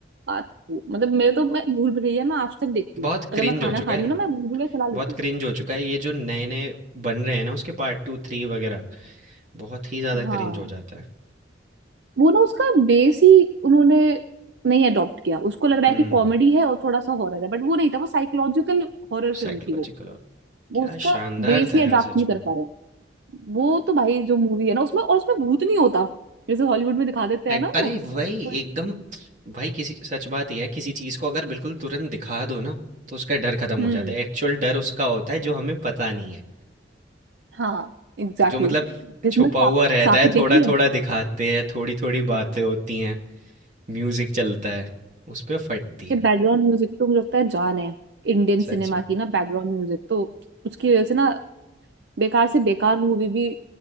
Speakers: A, on the right; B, on the right.
A: आ, मतलब मेरे तो मैं भूल भुलैया मैं आज तक देखती
B: हूँ
A: हूँ
B: बहुत क्रिंज
A: अगर मैं खाना
B: हो चुका
A: खा
B: है
A: रही हूँ ना मैं भूल भुलैया चला
B: बहुत
A: लेती हूँ
B: क्रिंज हो चुका है। ये जो नए-नए बन रहे हैं ना उसके पार्ट 2, 3 वगैरह, बहुत ही ज़्यादा क्रिंज
A: हाँ
B: हो जाता है।
A: वो ना उसका बेस ही उन्होंने नहीं अडॉप्ट किया उसको लग रहा
B: हुँ,
A: है कि कॉमेडी है और थोड़ा सा हॉरर है बट वो नहीं था वो साइकोलॉजिकल हॉरर फिल्म
B: साइकोलॉजिकल
A: थी वो
B: और
A: वो
B: क्या
A: उसका
B: शानदार
A: बेस
B: था
A: ही
B: यार
A: अडॉप्ट
B: सच
A: नहीं कर
B: में।
A: पा रहे हैं वो तो भाई जो मूवी है ना उसमें और उसमें भूत नहीं होता जैसे हॉलीवुड में दिखा देते
B: एक
A: हैं ना
B: अरे
A: वो
B: वही
A: कोई-
B: एकदम भाई किसी सच बात ये है किसी चीज़ को अगर बिल्कुल तुरंत दिखा दो ना, तो उसका डर खत्म
A: हम्म
B: हो जाता है। एक्चुअल डर उसका होता है जो हमें पता नहीं है।
A: हाँ एग्जैक्टली
B: जो मतलब
A: exactly. जिसमें
B: छुपा
A: शाप
B: हुआ रहता
A: शाप
B: है,
A: देख
B: थोड़ा-थोड़ा
A: लिया
B: दिखाते हैं, थोड़ी-थोड़ी बातें होती हैं, म्यूज़िक चलता है, उस पे फटती है,
A: कि बैकग्राउंड म्यूजिक तो मुझे लगता है जान है इंडियन
B: सच
A: सिनेमा
B: में।
A: की ना बैकग्राउंड म्यूजिक तो उसकी वजह से ना बेकार से बेकार मूवी भी